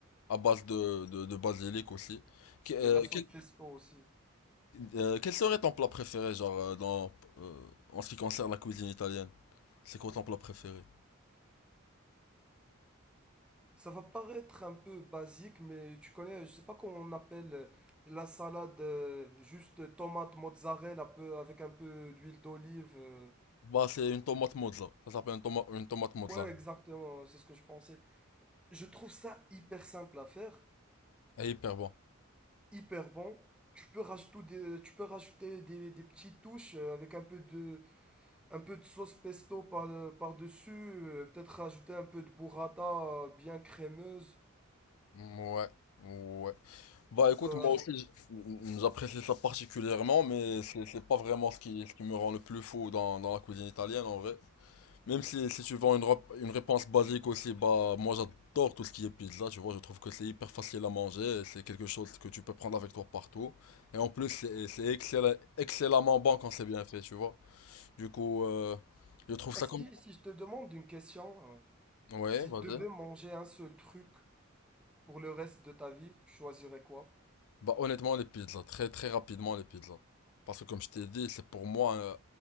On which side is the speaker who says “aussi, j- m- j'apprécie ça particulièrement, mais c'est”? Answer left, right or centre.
Left